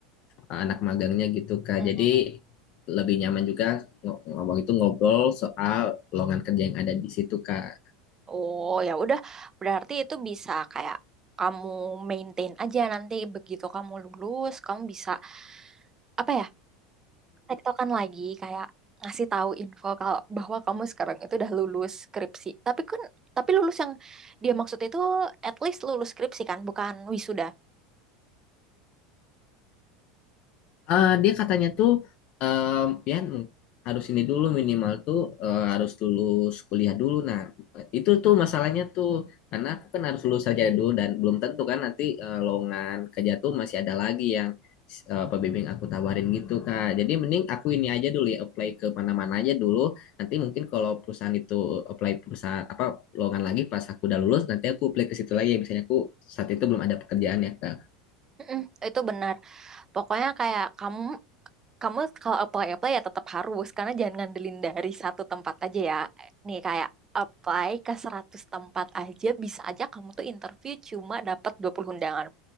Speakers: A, on the left; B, on the right.
A: uh, anak magangnya gitu Kak.
B: Mm.
A: Jadi lebih nyaman juga ngo- ngo- waktu itu ngobrol soal lowongan kerja yang ada di situ Kak.
B: Oh ya udah, berarti itu bisa kayak kamu maintain aja nanti begitu kamu lulus, kamu bisa apa ya? tektokan lagi kayak ngasih tahu info kalau bahwa kamu sekarang itu udah lulus skripsi. Tapi kan tapi lulus yang dia maksud itu at least lulus skripsi kan, bukan wisuda.
A: Eh, dia katanya tuh eh ya m- harus ini dulu minimal tuh eh, harus lulus kuliah dulu. Nah, itu tuh masalahnya tuh karena aku kan harus lulus saja dulu dan belum tentu kan nanti eh, lowongan kerja tuh masih ada lagi yang eh, pembimbing aku tawarin gitu, Kak. Jadi mending aku ini aja dulu ya apply ke mana-mana aja dulu. Nanti mungkin kalau perusahaan itu apply perusahaan apa lowongan lagi pas aku udah lulus nanti aku apply ke situ lagi misalnya aku saat itu belum ada pekerjaan ya, Kak.
B: Mm-mm, itu benar. Pokoknya kayak kamu kamu kalau apply apply ya tetap harus karena jangan ngandelin dari satu tempat aja ya. Nih kayak apply ke 100 tempat aja bisa aja kamu tuh interview cuma dapat 20 undangan.